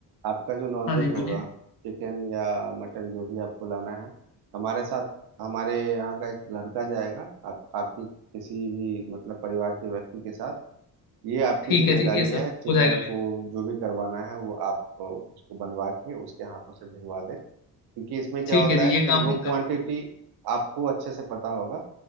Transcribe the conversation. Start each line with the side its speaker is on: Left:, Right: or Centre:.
Right: आपका जो नॉन
Left: हाँ
Right: वेज
Left: जी बोलिए
Right: होगा चिकन या मटन जो भी आपको लाना है हमारे साथ हमारे यहाँ का एक लड़का जाएगा आप आपकी किसी भी मतलब परिवार के व्यक्ति के साथ ये आपकी
Left: ठीक
Right: जिम्मेदारी
Left: है जी ये सब
Right: है चिकन
Left: हो जाएगा मैंने
Right: को जो भी करवाना है वो आप अ, उसको बनवा के उसके हाथों से भिजवा दें क्योंकि इसमें क्या
Left: ठीक
Right: होता
Left: है जी
Right: है
Left: ये
Right: कि
Left: काम
Right: वो
Left: हम कर
Right: क्वांटिटी
Left: पाए
Right: आपको अच्छे से पता होगा